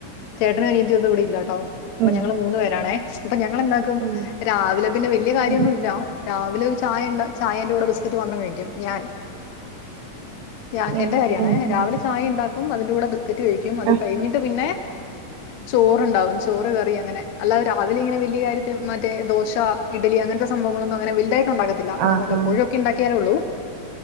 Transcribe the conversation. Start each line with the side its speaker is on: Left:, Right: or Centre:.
Left: ചേട്ടനും അനിയത്തിയൊന്നും ഇവിടെ ഇല്ലാട്ടോ- അപ്പൊ
Right: ഉം
Left: ഞങ്ങള് മൂന്ന് പേരാണേ- ഇപ്പം ഞാൻ- ഞങ്ങള് എന്താക്കും
Right: ഉം
Left: രാവിലെ- പിന്നെ വലിയ കാര്യം
Right: ഉം
Left: ഒന്നുമില്ല രാവിലെ ഒരു ചായ ഉണ്ട് ചായേന്റെ കൂടെ ബിസ്കറ്റ് മാത്രം കഴിക്കും ഞാൻ ഞാൻ
Right: ഉം
Left: എന്റെ കാര്യാണ
Right: ഉം
Left: രാവിലെ ചായ ഉണ്ടാക്കും അതിന്റെ കൂടെ ബിക്കറ്റ് കഴിക്കും അത്
Right: ആഹ്
Left: കഴിഞ്ഞിട്ട് പിന്നെ ചോറ്‌ ഉണ്ടാവും ചോറ്‌ കറി അങ്ങനെ അല്ലാതെ രാവിലെ ഇങ്ങനെ വല്യ കാര്യത്തിൽ മറ്റേ ദോശ ഇഡലി അങ്ങനത്തെ സംഭവങ്ങൾ ഒന്നും- അങ്ങനെ വലുതായിട്ട് ഉണ്ടാക്കത്തില്ല പിന്നെ
Right: ആഹ് ആഹ്
Left: വല്ലപ്പോഴുമൊക്കെ ഉണ്ടാക്കിയാലേ ഉള്ളൂ-